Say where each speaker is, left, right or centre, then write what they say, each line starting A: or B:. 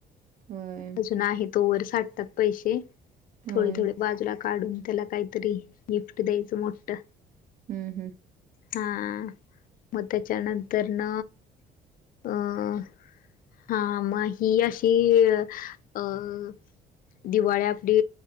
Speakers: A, on the right; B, on the left.
A: होय
B: <unintelligible> तोवर साठतात पैशे
A: होय.
B: थोडे थोडे बाजूला काढून त्याला काही तरी गिप्ट द्यायचं मोट
A: हम्म हम्म
B: हा म त्येच्यानंतरन अं हा म ही अशी अं दिवाळी आपली